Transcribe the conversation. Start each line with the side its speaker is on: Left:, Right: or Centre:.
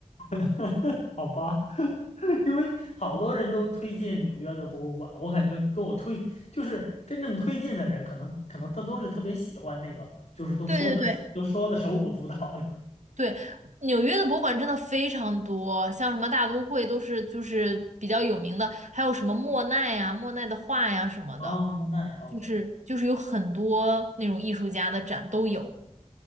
Left: <laughs> 好吧，<laughs> 因为好多人都推荐纽约的博物馆，我感觉跟我推就是真正推荐的人，可能可能他都是特别喜欢那个，就是都说的都说的手舞足蹈的。
Right: 对对对，对，纽约的博物馆真的非常多，像什么大都会都是就是比较有名的，还有什么莫奈呀、莫奈的画呀什么的，
Left: <laughs> 哦，莫奈，OK，
Right: 就是就是有很多那种艺术家的展都有。